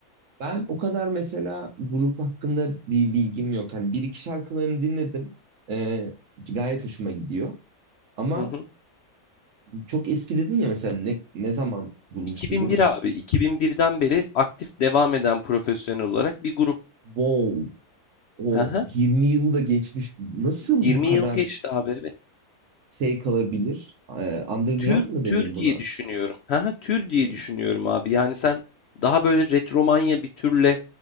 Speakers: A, on the right; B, on the left.
A: Ben o kadar mesela grup hakkında bir bilgim yok. Hani bir iki şarkılarını dinledim. E, gayet hoşuma gidiyor. Ama
B: Hı hı.
A: çok eski dedin ya mesela ne, ne zaman kurulmuş
B: 2001
A: bir grup?
B: abi. 2001'den beri aktif devam eden profesyonel olarak bir grup.
A: Wow, o
B: Hı hı.
A: 20 yılı da geçmiş. Nasıl
B: 20
A: bu kadar
B: yıl geçti abi evet.
A: şey kalabilir? E, underground
B: Tür
A: mı denir
B: tür
A: buna?
B: diye düşünüyorum. Hı tür diye
A: Hı
B: düşünüyorum abi. Yani sen daha böyle retromanya bir türle